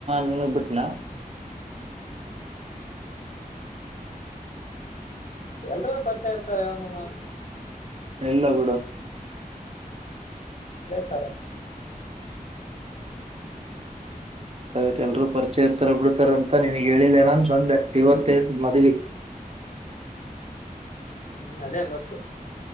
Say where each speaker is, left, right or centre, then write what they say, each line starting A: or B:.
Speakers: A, on the right; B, on the left.
A: ನಿನಗ್ ಬಿಟ್ನಾ
B: ಎಲ್ರಿಗೂ ಪರಿಚಯ ಇರ್ತಾರ ಹೇಳ್ ಮಾಮ
A: ಇಲ್ಲ ಬಿಡು
B: ಸರೇ
A: <unintelligible> ಚೇ ಹತ್ತರ ಬಿಡ್ತಾರಂತ ನಿನಗ್ ಹೇಳಿಲ್ಲೆ ನಾನ್ ಬಂದೆ ಇವತೈತ್ ಮದ್ವಿ.
B: ಹ್ಮ್ ಅದೇ ಗೊತ್ತು.